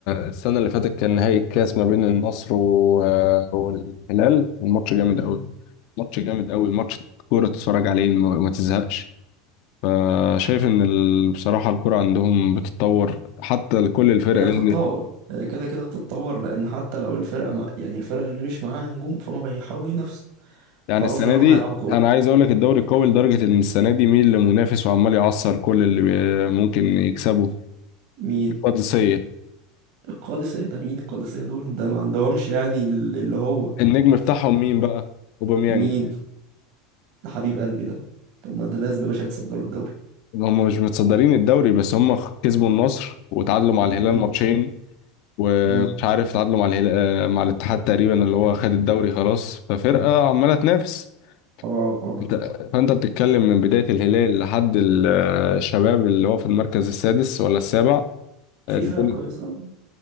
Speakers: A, on the left (about 55°); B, on the right (about 60°).
A: السنة اللي فاتت كان نهائي الكاس ما بين النصر و... آه، والهلال الماتش جامد
B: مم.
A: أوي ماتش جامد أوي ماتش كورة تتفرج عليه ما ما تزهقش فشايف ان ال- بصراحه الكره عندهم بتتطور حتى كل الفرق
B: هي
A: اللي-
B: بتتطور هي كده كده بتتطور لأن حتى لو الفرقة مع يعني الفرق اللي مش معاها نجوم فهم بيحاولوا ينافسوا
A: يعني
B: فغصب
A: السنه
B: عنهم
A: دي
B: هيلعبوا كورة
A: انا عايز اقول لك الدوري قوي لدرجه ان السنه دي مين لمنافس وعمال يعصر كل اللي بي- ممكن يكسبه
B: مين
A: القادسيه
B: القادسية ده مين القادسية دول ده ما عندهمش يعني ال- اللي هو
A: النجم بتاعهم مين بقى اوباميانج
B: مين ده حبيب قلبي ده طب ما ده لازم يا باشا يتصدروا الدوري
A: هم مش متصدرين الدوري بس هم كسبوا النصر وتعادلوا مع الهلال
B: مم.
A: ماتشين ومش
B: مم.
A: عارف تعادلوا مع الهلال مع الاتحاد تقريبا اللي هو خد الدوري خلاص ففرقه عماله تنافس
B: اه اه
A: انت فانت بتتكلم من بداية الهلال لحد ال- الشباب اللي هو في المركز السادس ولا السابع
B: في
A: الدنيا-
B: فرقة كويسة